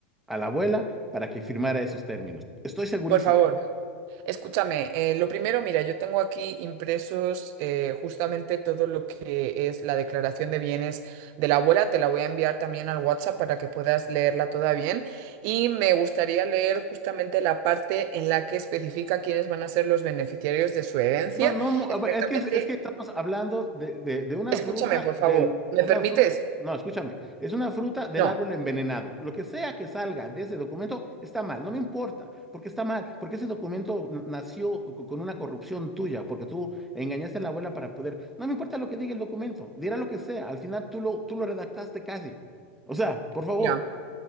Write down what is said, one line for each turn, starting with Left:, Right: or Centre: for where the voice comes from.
Centre: a la abuela para que firmara esos términos. Estoy segurísimo.
Right: por favor, escúchame. Eh, lo primero, mira, yo tengo aquí impresos eh, justamente todo lo que es la declaración de bienes de la abuela. Te la voy a enviar también al WhatsApp para que puedas leerla toda bien. Y me gustaría leer justamente la parte en la que especifica quiénes van a ser los beneficiarios de su herencia.
Centre: No, no, mo-
Right: Exactamente
Centre: a ver, es que, es que estamos hablando de, de- de una
Right: Escúchame,
Centre: fruta,
Right: por
Centre: del,
Right: favor. ¿Me
Centre: una
Right: permites?
Centre: fruta, no, escúchame, es una fruta del
Right: No.
Centre: árbol envenenado. Lo que sea que salga de ese documento está mal, no me importa, porque está mal, porque ese documento n- nació co- co- con una corrupción tuya, porque tú engañaste a la abuela para poder, no me importa lo que diga el documento, dirá lo que sea, al final tú lo, tú lo redactaste casi. O sea, por favor.
Right: Mira,